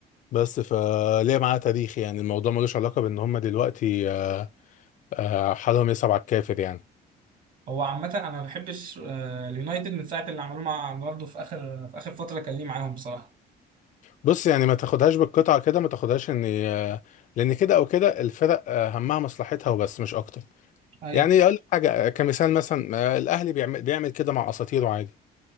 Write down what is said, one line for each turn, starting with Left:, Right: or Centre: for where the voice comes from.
Left: بس فليه معاه تاريخ يعني الموضوع ملوش علاقة بان هم دلوقتي آه، آه، حالهم يصعب على الكافر يعني
Right: هو عامه انا ما بحبش آه، اليونايتد من ساعه اللي عملوه مع برضه في اخر في اخر فتره كان ليه معاهم بصراحه
Left: بص يعني ما تاخدهاش بالقطعة كده ما تاخدهاش ان آه، لان كده او كده الفرق آه، همها مصلحتها وبس مش اكتر
Right: ايوه
Left: يعني اقول لك حاجة آه، كمثال مثلا آه، الاهلي بيعمل بيعمل كده مع اساطيره عادي